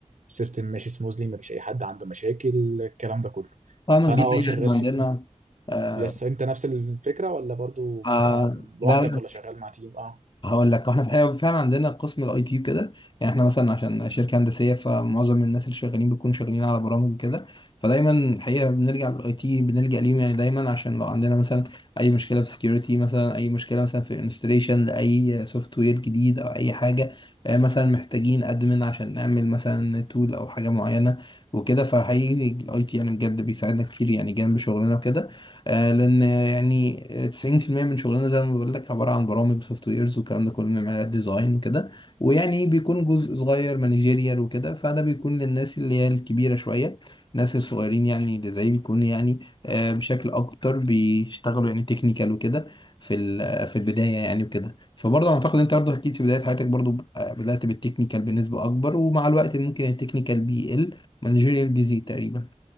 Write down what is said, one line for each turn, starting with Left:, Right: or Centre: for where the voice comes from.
Right: السيستم ماشي سموزلي ما فيش اي حد عنده مشاكل الكلام ده كله
Left: فاهمك
Right: فانا
Left: دي
Right: اه
Left: حقيقة
Right: شغال
Left: احنا عندنا
Right: في تيم
Left: آه
Right: يس انت نفس الفكره ولا برضو بتبقى
Left: آه لا
Right: لوحدك
Left: لا
Right: ولا شغال مع تيم اه
Left: هقول لك احنا في- الحقيقة فعلا عندنا قسم الاي تي كده يعني احنا مثلا عشان شركه هندسيه فمعظم الناس اللي شغالين بيكونوا شغالين على برامج كده فدايما الحقيقه بنرجع للاي تي بنلجا ليهم يعني دايما عشان لو عندنا مثلا اي مشكله في سكيورتي مثلا اي مشكله مثلا في انستليشن لاي سوفت وير جديد او اي حاجه آه، مثلا محتاجين ادمن عشان نعمل مثلا تول او حاجه معينه وكده فحقيقي الاي تي يعني بجد بيساعدنا كتير يعني جنب شغلنا وكده آه، لان يعني 90% من شغلنا زي ما بقول لك عباره عن برامج سوفت ويرز والكلام ده كله بنعمل ديزاين وكده ويعني بيكون جزء صغير مانجيريال وكده فده بيكون للناس اللي هي الكبيره شويه الناس الصغيرين يعني اللي زي بيكون يعني آه، بشكل اكتر بيشتغلوا يعني تكنيكال وكده في ال- في البدايه يعني وكده فبرضه اعتقد انت برضه اكيد في بدايه حياتك برضه آه، بدات بالتكنيكال بنسبه اكبر ومع الوقت ممكن التكنيكال بيقل مانجيريال بيزيد تقريبا